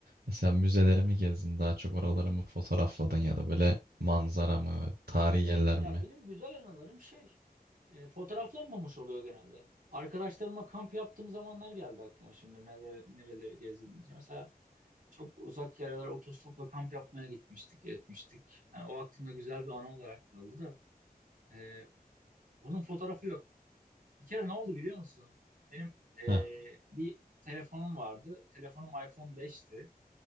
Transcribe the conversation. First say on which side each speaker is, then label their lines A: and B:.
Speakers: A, on the right; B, on the right.
A: Mesela müzeleri mi gezdin daha çok oraları mı fotoğrafladın ya da böyle manzara mı, tarihi yerler
B: Ya
A: mi?
B: benim güzel anılarım şey e, fotoğraflanmamış oluyor genelde. Arkadaşlarımla kamp yaptığım zamanlar geldi aklıma şimdi neler, nereleri gezdim diyeceğim. Mesela çok uzak yerlere otostopla kamp yapmaya gitmiştik, etmiştik. Yani o aklımda güzel bir anı olarak kaldı da. e, onun fotoğrafı yok. Bir kere ne oldu biliyor musun? Benim e,
A: Heh,
B: bir telefonum vardı. Telefonum iPhone 5'ti.